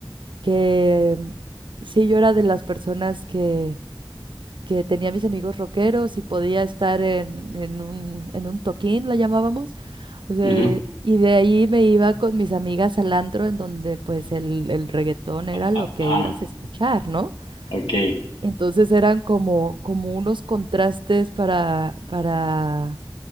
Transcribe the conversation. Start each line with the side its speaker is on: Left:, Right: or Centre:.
Right: que mm, sí, yo era de las personas que, que tenía mis amigos rockeros y podía estar en, en un, en un toquín, la llamábamos. O sea,
Left: Ujú.
Right: y de ahí me iba con mis amigas al antro, en donde pues el, el reggaetón era lo
Left: Ah,
Right: que
Left: ah,
Right: ibas a escuchar, ¿no?
Left: ok.
Right: Entonces eran como, como unos contrastes para, para,